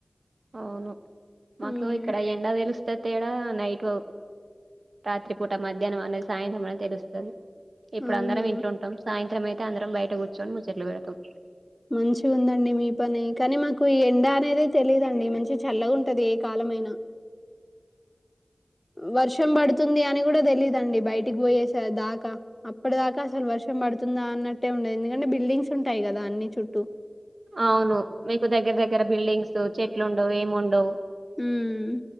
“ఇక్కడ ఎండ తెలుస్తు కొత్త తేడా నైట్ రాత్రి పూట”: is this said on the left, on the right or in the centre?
Right